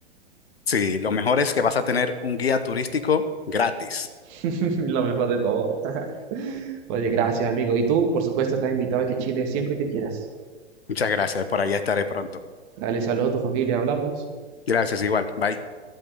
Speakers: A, on the left; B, on the right.
A: Sí, lo mejor es que vas a tener un guía turístico gratis.
B: <laughs> Lo mejor de todo. <laughs> Oye, gracias, amigo. Y tú, por supuesto, estás invitado aquí a Chile siempre que quieras.
A: Muchas gracias, por allá estaré pronto.
B: Dale saludos a tu familia, hablamos.
A: Gracias, igual, bye.